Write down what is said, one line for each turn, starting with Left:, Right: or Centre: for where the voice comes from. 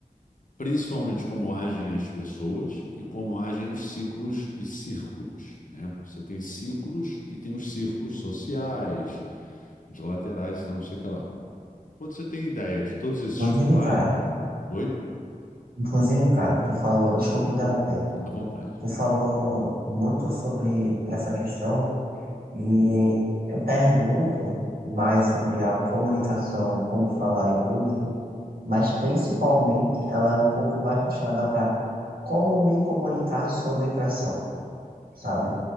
Left: principalmente como agem as pessoas e como agem os ciclos e círculos, né? Você tem ciclos e tem os círculos sociais, de laterais, tal, não sei o que lá. Quando você tem ideia de todos esses
Right: Inclusive,
Left: pilares,
Right: cara,
Left: oi,
Right: inclusive, cara, tu falou, desculpa interromper,
Left: à vontade.
Right: tu falou muito sobre essa questão e eu pergunto mais sobre a comunicação, como falar em público, mas principalmente ela é um pouco mais fechada para como me comunicar sobre pressão. sabe?